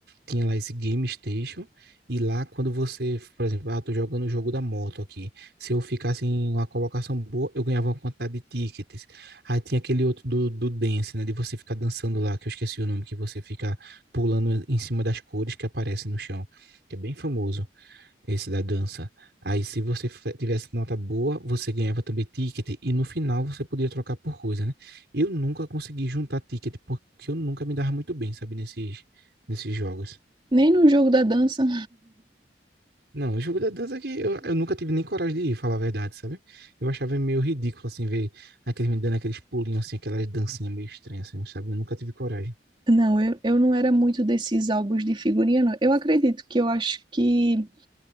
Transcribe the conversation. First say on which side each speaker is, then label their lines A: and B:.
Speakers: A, on the right; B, on the right.
A: tinha lá esse Game Station. E lá, quando você, por exemplo, ah, tô jogando o jogo da moto aqui. Se eu ficasse em uma colocação boa, eu ganhava uma quantidade de tickets. Aí tinha aquele outro do, do dance, né? De você ficar dançando lá, que eu esqueci o nome, que você fica pulando em cima das cores que aparecem no chão, que é bem famoso. Esse da dança. Aí, se você fe- tivesse nota boa, você ganhava também ticket. E no final, você podia trocar por coisa, né? Eu nunca consegui juntar ticket, porque eu nunca me dava muito bem, sabe? Nesses, nesses jogos.
B: Nem no jogo da dança.
A: Não, o jogo da dança é que eu, eu nunca tive nem coragem de ir, falar a verdade, sabe? Eu achava meio ridículo, assim, ver aqueles me dando aqueles pulinhos, assim, aquelas dancinhas meio estranhas, assim, sabe? Eu nunca tive coragem.
B: Não, eu, eu não era muito desses álbuns de figurinha, não. Eu acredito que eu acho que